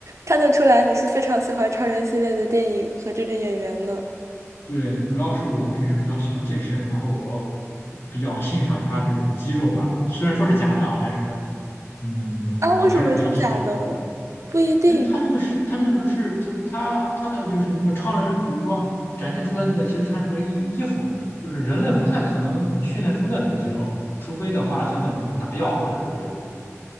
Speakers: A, on the right; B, on the left.
A: 看得出来你是非常喜欢超人系列的电影和这个演员呢。
B: 对，主要是我平时比较喜欢健身，然后我比较欣赏他这种肌肉吧，虽然说是假的啊，但是，嗯，
A: 啊，
B: 我还是比较欣赏这种。
A: 为什么是假的？不一定。
B: 哎，他那个是，他那个是，就是他他的就是那个超人，比如说展现出来那个，其实他是个衣衣服，就是人类不太可能训练出那种肌肉，除非的话像那种打药或者是这种。